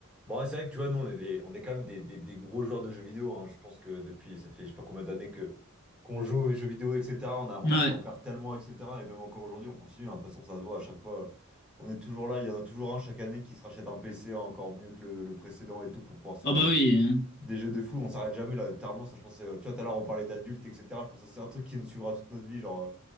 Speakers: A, in the centre; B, on the left (about 45°).
A: Bon, ouais, c'est vrai que tu vois, nous, on est, des- on est quand même des, des- des gros joueurs de jeux vidéo. hein. Je pense que depuis, ça fait je sais pas combien d'années que qu'on joue aux jeux vidéo, etc. On a, on
B: Ouais.
A: a pu en faire tellement, etc. Et même encore aujourd'hui, on continue. hein. De toute façon, ça se voit à chaque fois. On est toujours là. Il y en a toujours un chaque année qui se rachète un PC encore mieux que le, le précédent et tout pour pouvoir se faire
B: Ah bah
A: des,
B: oui, hein.
A: des jeux de fou. On s'arrête jamais là. Littéralement, ça, je pense, c'est- tu vois, tout à l'heure, on parlait d'adultes, etc. Je pense que c'est un truc qui nous suivra toute notre vie. Genre, euh,